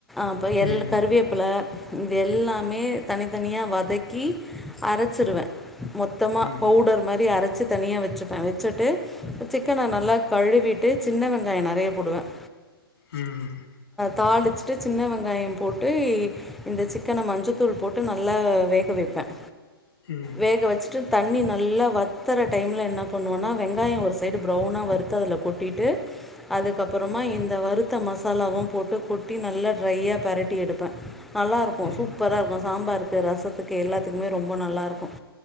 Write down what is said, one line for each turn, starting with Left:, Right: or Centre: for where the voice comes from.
Centre: அப்புறோ
Left: ம்
Centre: எல் கருவேப்பில இ எல்லாமே தனித்தனியாக வதக்கி அரைச்சிருவேன் மொத்தமாக
Left: ம்
Centre: பவுடர் மாரி அரைச்ச வச்சு தனியாக வச்சுப்பேன் வச்சுட்டு சிக்கன நல்லா கழுவிட்டு சின்ன வெங்காயம் நெறைய போடுவேன்
Left: உம்
Centre: தாளிச்சிட்டு சின்ன வெங்காயம் போட்டு இந்த சிக்கன மஞ்சத்தூள் போட்டு நல்லா வேக வைப்பேன்
Left: ம்
Centre: வேக வச்சு ட்டு தண்ணி நல்லா வத்தற டைம்ல என்ன பண்ணுவோன்னா வெங்காயம் ஒரு சைடு ப்ரௌனா வறுத்த அதுல கொட்டிட்டு அதுக்கப்புறமா இந்த வறுத்த மசாலாவும் போட்டு கொட்டி நல்லா ட்ரையா பெரட்டி எடுப்பேன் நல்லா இருக்கும்
Left: ம்
Centre: சூப்பரா இருக்கும் சாம்பாருக்கு ரசத்துக்கு எல்லாத்துக்குமே ரொம்ப நல்லாருக்கும்